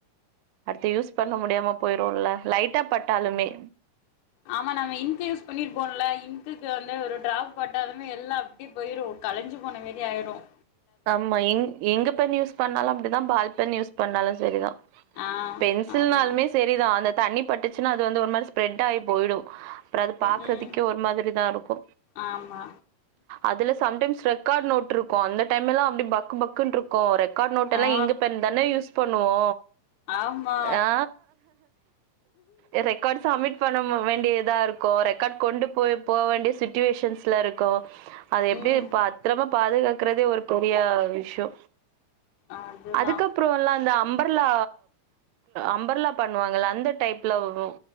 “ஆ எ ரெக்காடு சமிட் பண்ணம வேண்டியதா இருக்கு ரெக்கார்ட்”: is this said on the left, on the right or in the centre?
Right